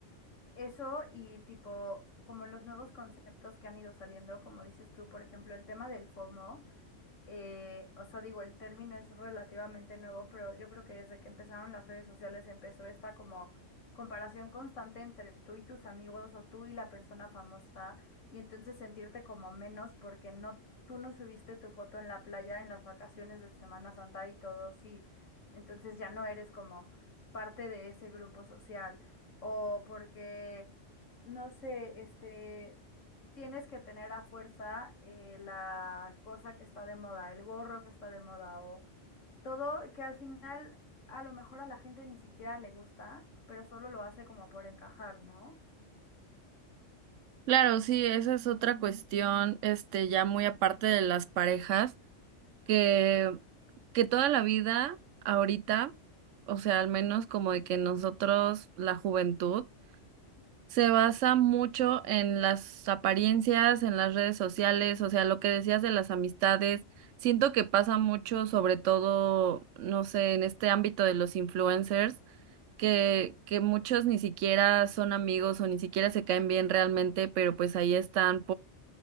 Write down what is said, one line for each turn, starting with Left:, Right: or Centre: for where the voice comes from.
Left: eso y tipo, como los nuevos conceptos que han ido saliendo, como dices tú, por ejemplo, el tema del FOMO eh, o sea, digo, el término es relativamente nuevo, pero yo creo que desde que empezaron las redes sociales empezó esta como comparación constante entre tú y tus amigos o tú y la persona famosa y entonces sentirte como menos porque no, tú no subiste tu foto en la playa en las vacaciones de Semana Santa y todo, sí. Entonces ya no eres como parte de ese grupo social o porque... No sé, este, tienes que tener a fuerza eh, la cosa que está de moda, el gorro que está de moda o todo que al final a lo mejor a la gente ni siquiera le gusta, pero solo lo hace como por encajar, ¿no?
Right: Claro, sí, esa es otra cuestión, este, ya muy aparte de las parejas, que, que toda la vida, ahorita, o sea, al menos como de que nosotros, la juventud, Se basa mucho en las apariencias, en las redes sociales, o sea, lo que decías de las amistades. Siento que pasa mucho, sobre todo, no sé, en este ámbito de los influencers, que, que muchos ni siquiera son amigos o ni siquiera se caen bien realmente, pero pues ahí están